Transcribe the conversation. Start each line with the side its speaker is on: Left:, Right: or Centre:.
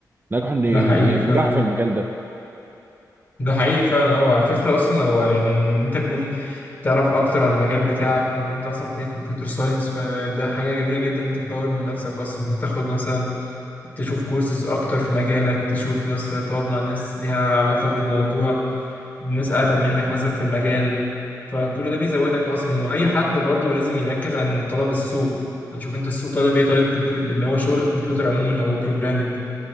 Right: نجحوا ان
Left: ده
Right: ي-
Left: حقيقي
Right: ينجحوا
Left: فعلا
Right: في المجال ده
Left: ده حقيقي فعلا هو على فكرة أصلا هو يعني إن أنت تكون تعرف أكتر عن المجال بتاعك وإن أنت أصلا بتدرس كمبيوتر ساينس فده حاجة جميلة جدا إن أنت تطور من نفسك أصلا إن أنت تاخد مثلا تشوف كورسز أكتر في مجالك تشوف مثلا تقعد مع ناس ليها علاقة بالموضوع ناس أقدم منك مثلا في المجال فكل ده بيزودك اصلا واي حد برضو لازم يركز عن طلب السوق تشوف انت السوق طالب ايه طالب كمبيوتر اللي هو شغل الكمبيوتر عموما او البروجرامنج